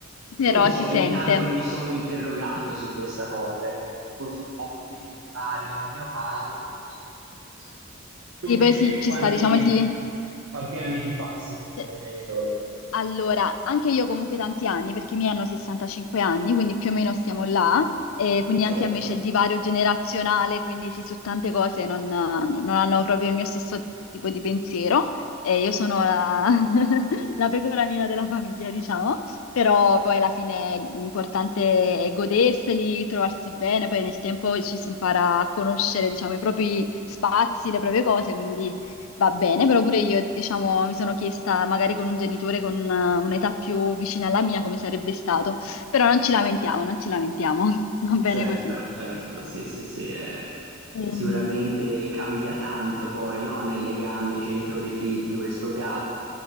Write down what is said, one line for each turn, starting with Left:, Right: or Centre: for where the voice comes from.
Right: non
Left: però
Right: lo so,
Left: si
Right: ogni
Left: sente.
Right: tanto mi sono interrogato su questa cosa, ecco, se ci fosse stato meno divario con mio padre, non lo so. non lo so. Tu
Left: Sì,
Right: invece
Left: poi sì, ci
Right: quanti,
Left: sta, diciamo, il di...
Right: quanti anni ti passi con i
Left: se-
Right: tuoi genitori?
Left: Allora, anche io comunque tanti anni, perché i miei hanno 65 anni, quindi più o meno stiamo là, e quindi
Right: Certo.
Left: anche a me c'è il divario generazionale, quindi sì, su tante cose non, non hanno proprio il mio stesso tipo di pensiero, e io sono la, <laughs> la pecora nera della famiglia, diciamo, però poi alla fine l'importante è goderseli, trovarsi bene, poi nel tempo ci si impara a conoscere, diciamo, i propri spazi, le proprie cose, quindi... Va bene, però pure io, diciamo, mi sono chiesta magari con un genitore con una- un'età più vicina alla mia come sarebbe stato, però non ci lamentiamo, non ci lamentiamo, <laughs> va bene
Right: Certo,
Left: così.
Right: certo, sì, sì, sì, eh,
Left: Ehm,
Right: sicuramente cambia tanto poi, no? Nei legami genitori-figli, questo gap.